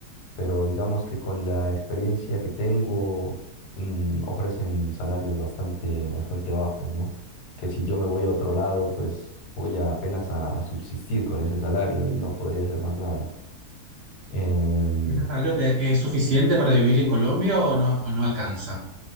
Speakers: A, on the left; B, on the right.
A: pero digamos que con la experiencia que tengo, mm, ofrecen salarios bastante, bastante bajos, ¿no? Que si yo me voy a otro lado, pues voy a apenas a, a subsistir con ese salario y no podría hacer más nada. Em,
B: ¿Y ese salario te- es suficiente para vivir en Colombia o no, o no alcanza?